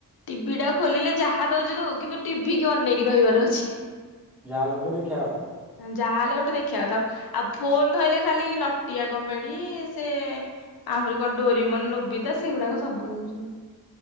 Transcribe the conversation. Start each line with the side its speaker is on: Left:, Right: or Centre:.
Left: ଟିଭି ଟା ଖୋଲିଲେ ଯାହା ଦଉଛି କିନ୍ତୁ ଟିଭି କି ଅନେଇକି ରହିବାର ଅଛି
Centre: ଯାହା ହେଲେ ଗୋଟେ ଦେଖିବା କଥା
Left: ଯାହାହେଲେ ଗୋଟେ ଦେଖିବା କଥା ଆଉ ଫୋନ୍ ଧରିଲେ ଖାଲି ନଟିଆ କମେଡି ସେ ଆହୁରି କଣ ଡୋରିମନ୍ ନୋବିତା ସେଗୁଡାକ ସବୁ ଦେଖୁଛନ୍ତି